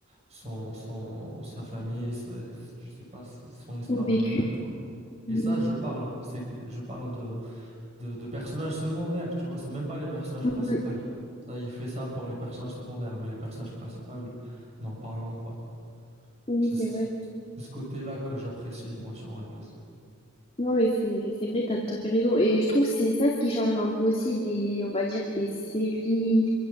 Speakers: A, on the right (about 30°); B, on the left (about 30°).
A: son son sa famille, sa- je sais pas, son histoire
B: ont vécu.
A: à lui-même, tu vois. Et
B: Oui,
A: ça, je parle, c'est je parle de de, de personnages secondaires, tu vois, c'est même pas les personnages
B: Mhm.
A: principaux. Ça, il fait ça pour les personnages secondaires, mais les personnages principaux, n'en parlons pas.
B: Oui,
A: C'est
B: c'est
A: ce
B: vrai.
A: c'est ce côté-là que j'apprécie, moi, sur One Piece.
B: Non, mais c'est c'est vrai, t'as tout à fait raison. Et je trouve que c'est ça ce qui change un peu aussi des, on va dire, des séries,